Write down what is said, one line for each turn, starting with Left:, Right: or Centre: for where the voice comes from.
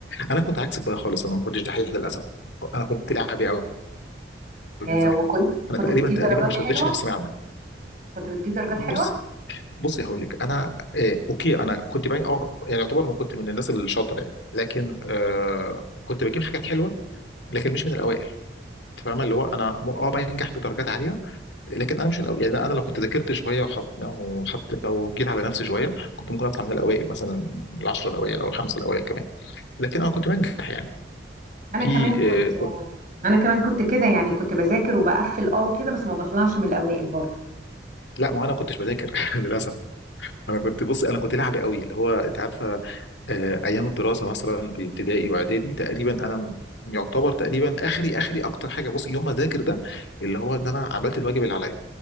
Left: انا كنت عكسك بقى خالص انا ما كنتش دحيح للاسف انا كنت لعبي قوي من
Right: آه،
Left: زمان
Right: وكنت وكنت
Left: انا تقريبا
Right: بتجيب
Left: تقريبا
Right: درجات
Left: ما شدتش
Right: حلوة
Left: اللي في الثانويه العامه
Right: كنت بتجيب درجات حلوة
Left: بص بصي هقول لك انا آه اوكي انا كنت باين اه يعني يعتبر ما كنت من الناس الشاطره يعني لكن آه كنت بجيب حاجات حلوه لكن مش من الاوائل انت فاهمه اللي هو انا م- اه بنجح بدرجات عاليه لكن انا مش الاول يعني انا لو كنت ذاكرت شويه وحط او حط او جيت على نفسي شويه كنت ممكن اطلع من الاوائل مثلا العشره الاوائل او الخمسه الاوائل كمان لكن انا كنت بنجح يعني
Right: انا
Left: في
Right: كمان كنت
Left: آه
Right: انا كمان كنت كده يعني كنت بذاكر وبقفل اه وكده بس ما بطلعش من الاوائل برضه
Left: لا ما انا كنتش بذاكر <laughs> للاسف انا كنت بص انا كنت لعبي قوي اللي هو انت عارفه آه، ايام الدراسه مثلا في ابتدائي واعدادي تقريبا انا م- يعتبر تقريبا اخري اخري اكتر حاجه بص يوم ما اذاكر ده اللي هو ان انا عملت الواجب اللي عليا